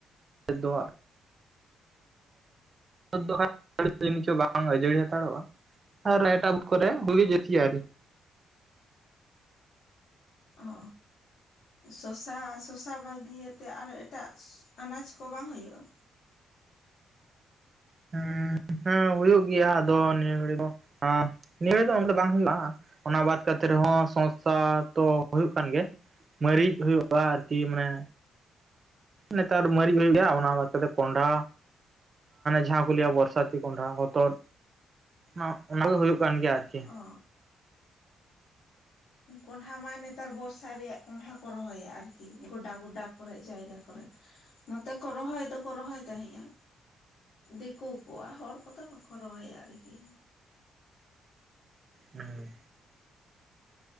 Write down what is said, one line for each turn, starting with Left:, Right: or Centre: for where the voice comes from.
Right: <unintelligible> <inaudible> ᱫᱚ ᱪᱚ ᱵᱟᱝ ᱟᱹᱡᱟᱹᱲᱤ ᱦᱟᱛᱟᱲᱚᱜᱼᱟ <inaudible> ᱟᱨ ᱨ ᱮᱴᱟ ᱵᱩᱛ ᱠᱚᱨᱮ ᱦᱩᱭᱜᱤ ᱡᱥ ᱟᱨᱤ <unintelligible>
Left: ᱚ᱾ ᱥᱚᱥᱟ, ᱥᱚᱥᱟ ᱵᱟᱹᱜᱤᱭᱟᱛᱮ ᱟᱨᱚ ᱮᱴᱟᱜ ᱟᱱᱟᱡᱽ ᱠᱚ ᱵᱟᱝ ᱦᱩᱭᱩᱜᱼᱟ?
Right: ᱦᱮᱸ ᱦᱮᱸ ᱦᱩᱭᱩᱜ ᱜᱮᱭᱟ ᱟᱫᱚ ᱱᱤᱭᱟᱹ ᱜᱷᱟᱹᱲᱤ ᱫᱚ ᱟᱸ ᱱᱤᱭᱟᱹ <inaudible> ᱫᱚ ᱚᱱᱰᱮ ᱵᱟᱝ ᱦᱩᱭᱩᱜᱼᱟ᱾ ᱚᱱᱟ ᱵᱟᱫ ᱠᱟᱛᱮ ᱨᱮᱦᱚᱸ ᱥᱚᱸᱥᱟ ᱛᱚ ᱦᱳᱭᱳᱜ ᱠᱟᱱ ᱜᱮ᱾ ᱢᱟᱹᱨᱤᱡᱽ ᱦᱩᱭᱩᱜᱼᱟ᱾ ᱟᱨᱠᱤ ᱢᱟᱱᱮ ᱱᱮᱛᱟᱨ ᱢᱟᱨᱤᱡ ᱦᱩᱭᱩᱜ ᱜᱮᱭᱟ ᱚᱱᱟ ᱵᱟᱫ ᱠᱟᱛᱮ ᱠᱚᱱᱰᱷᱟ᱾ ᱡᱟᱦᱟᱸ ᱠᱚ ᱞᱟᱹᱭᱟ ᱵᱚᱨᱥᱟᱛᱤ ᱠᱚᱸᱰᱷᱟ ᱦᱚᱛᱚᱫ ᱚ-ᱚᱱᱟ ᱠᱚᱮ ᱦᱩᱭᱩᱜ ᱠᱟᱱ ᱜᱮᱭᱟ ᱟᱨᱠᱤ᱾
Left: ᱚ ᱠᱚᱸᱰᱷᱟ ᱢᱟ ᱱᱮᱛᱟᱨ ᱵᱚᱨᱥᱟ ᱨᱮᱭᱟᱜ ᱠᱚᱸᱰᱷᱟ ᱠᱚ ᱨᱚᱦᱚᱭᱟ ᱟᱨᱠᱤ, ᱜᱚᱰᱟ ᱜᱚᱰᱟ ᱠᱚᱨᱮᱜ ᱡᱟᱭᱜᱟ ᱠᱚᱨᱮᱜ᱾ ᱱᱚᱛᱮ ᱠᱚ ᱨᱚᱦᱚᱭ ᱫᱚᱠᱚ ᱨᱚᱦᱚᱭ ᱛᱟᱦᱮᱸᱫᱼᱟ᱾ ᱫᱤᱠᱩ ᱠᱚᱣᱟ, ᱦᱚᱲ ᱠᱚᱫᱚ ᱵᱟᱠᱚ ᱨᱚᱦᱚᱭᱟ ᱟᱨᱠᱤ᱾
Right: ᱦᱩᱸ,